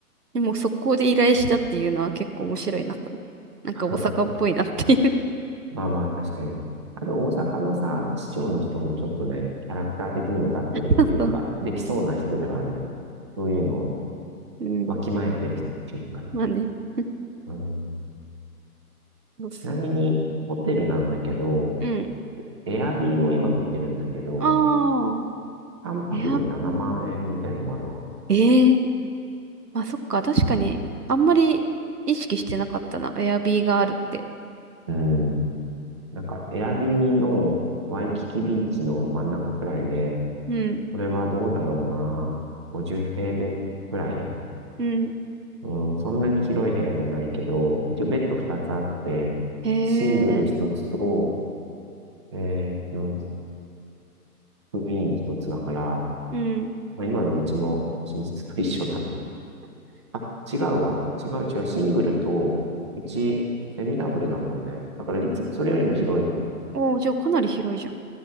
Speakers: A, on the right (about 80°); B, on the right (about 20°).
A: でも速攻で依頼したっていうのは結構面白いなと思って。なんか大阪っぽいなっていう。
B: <laughs> まあまあ確かに。あと大阪のさ、市長の人もちょっとね、キャラクター的にも立ってるっていうか、
A: <laughs> そうそう。
B: できそうな人ではあるよね。そういうのを
A: うん。
B: わきまえてる人っていうのかな。
A: まあね。<laughs>
B: うん。
A: そうそう。
B: ちなみに、ホテルなんだけど、
A: うん。
B: エアビーも今見てるんだけど、
A: ああ。
B: 3泊で7万円みたいのもあるわ。
A: エアビー。ええまあそっか。確かに、あんまり意識してなかったな。エアビーがあるって。
B: うん。なんか、エアビーのワイキキビーチの真ん中くらいで、
A: うん。
B: これはどうだろうな。50平米くらい
A: うん。
B: うん、そんなに広い部屋じゃないけど、一応ベッド2つあって、
A: へ
B: シングル1つと、
A: え。
B: えーと、クイーン1つだから、
A: うん。
B: まあ、今のうちの寝室と一緒だね。あ、違うわ。違う違う。シングルと、うち、セミダブルだもんね。だから、いつ、それよりも広いわ。
A: おおじゃあかなり広いじゃん。